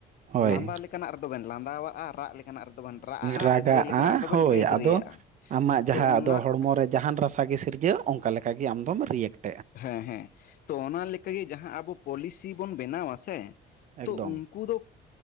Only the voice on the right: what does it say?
ᱦᱳᱭ
ᱨᱟᱜᱟᱜᱼᱟ
ᱦᱳᱭ
ᱟᱫᱚ ᱟᱢᱟᱜ ᱡᱟᱦᱟᱸ
ᱟᱫᱚ ᱦᱚᱲᱢᱚ ᱨᱮ ᱡᱟᱦᱟᱱ ᱨᱟᱥ ᱥᱟᱜᱮ ᱥᱤᱨᱡᱟᱹ ᱚᱱᱠᱟ ᱞᱮᱠᱟᱜᱮ ᱟᱢᱫᱚᱢ ᱨᱤᱭᱮᱠᱴ
ᱮᱠᱫᱚᱢ